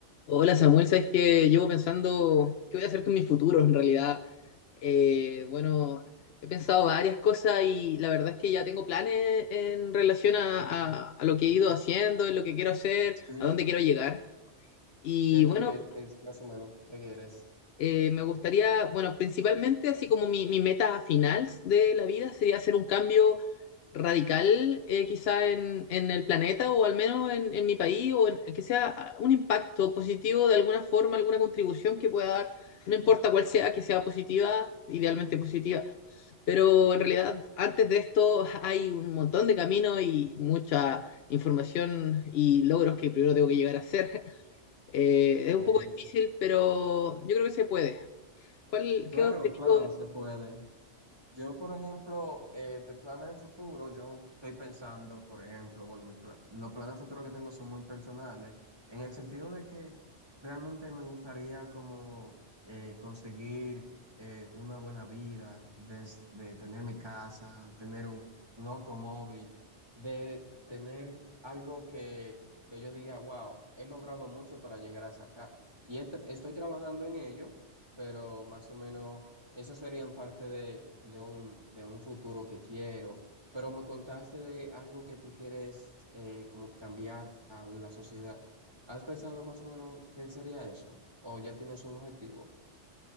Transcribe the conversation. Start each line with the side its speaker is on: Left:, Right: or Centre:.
Left: Hola Samuel, sabes que llevo pensando qué voy a hacer con mi futuro en realidad. Eh, bueno, he pensado varias cosas y la verdad es que ya tengo planes en relación a, a- a lo que he ido haciendo, en lo que quiero hacer,
Right: Sí,
Left: a dónde quiero llegar. Y
Right: ¿qué tú
Left: bueno,
Right: quieres? Es más o menos, ¿qué quieres?
Left: eh, me gustaría, bueno, principalmente así como mi, mi meta final de la vida sería hacer un cambio radical eh, quizá en, en el planeta o al menos en, en mi país o en- que sea ah, un impacto positivo de alguna forma, alguna contribución que pueda dar, no importa cuál sea, que sea positiva, idealmente positiva. Pero en realidad antes de esto <laughs> hay un montón de caminos y mucha información y logros que primero tengo que llegar a hacer. <laughs> Eh, es
Right: Eh,
Left: un poco difícil, pero yo creo que se puede. ¿Cuál,
Right: claro,
Left: qué objetivo?
Right: claro, se puede. Yo, por ejemplo, eh, de planes de futuro, yo estoy pensando, por ejemplo, bueno, mi pla- los planes de futuro que tengo son muy personales, en el sentido de que realmente me gustaría como eh, conseguir eh, una buena vida, de, s- de tener mi casa, tener un, un automóvil, de tener algo que, que yo diga, wow, he logrado mucho para llegar hasta acá. Y he tra- estoy trabajando en ello, pero más o menos esas serían parte de, de un, de un futuro que quiero, pero me contaste de algo que tú quieres eh, como cambiar a la sociedad. ¿Has pensado más o menos qué sería eso? ¿O ya tienes un objetivo?